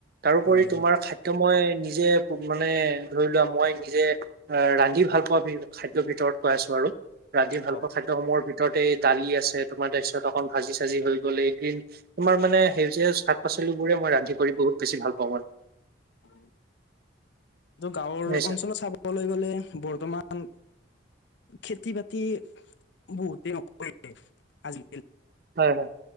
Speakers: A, on the right (about 50°); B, on the left (about 60°).
A: তাৰোপৰি
B: হয়
A: তোমাৰ
B: হয়
A: খাদ্য মই নিজে মানে ধৰি লোৱা মই নিজে আহ ৰান্ধি ভাল পোৱা খাদ্য ৰ ভিতৰত কৈ আছো আৰু ৰান্ধি ভালপোৱা
B: কওক
A: খাদ্যসমূহৰ ভিতৰত ততেই <unintelligible> দালি আছে তোমাৰ তাছত <unintelligible> ন ভাজি চাজি হৈ গ'ল এই গ্ৰীণ তোমাৰ মানে সেউজীয়া শাক পাচলি বোৰে মই ৰান্ধি কৰি বহুত বেছি ভাল অ <unintelligible>
B: উম কিন্তু গাঁৱৰ
A: শুনিছা
B: অঞ্চলত চাবলৈ গ'লে বৰ্তমান খেতি বাতি বহুতে নকৰে আজি
A: হয় হয়